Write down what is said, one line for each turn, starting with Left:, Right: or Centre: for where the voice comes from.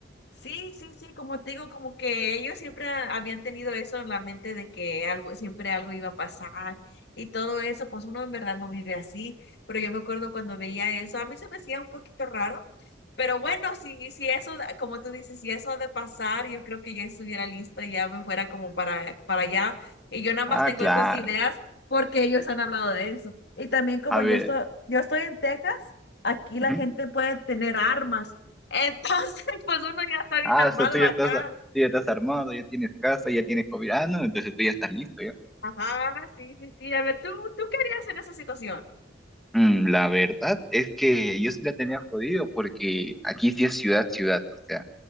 Left: Sí, sí, sí, como te digo, como que ellos siempre ha- habían tenido eso en la mente de que algo, siempre algo iba a pasar y todo eso, pues uno en verdad no vive así, pero yo me acuerdo cuando veía eso, a mí se me hacía un poquito raro, pero bueno, si, si eso, da- como tú dices, si eso ha de pasar, yo creo que ya estuviera lista, ya me fuera como para, para allá, y yo nada
Centre: Ah,
Left: más tengo
Centre: claro.
Left: estas ideas porque ellos han hablado de eso. Y también como
Centre: A ver.
Left: yo estoy, yo estoy en Texas, aquí la
Centre: ujú.
Left: gente puede tener armas. Entonces, <laughs> pues uno ya está bien
Centre: Ah,
Left: armado
Centre: o sea, tú ya
Left: acá.
Centre: estás, tú ya estás armado, ya tienes casa, ya tienes comida. Ah, no, entonces tú ya estás listo.
Left: Ajá, sí, sí, sí. A ver, ¿tú, tú qué harías en esa situación?
Centre: Mm, La verdad es que yo sí la tenía jodido porque aquí sí es ciudad, ciudad, o sea,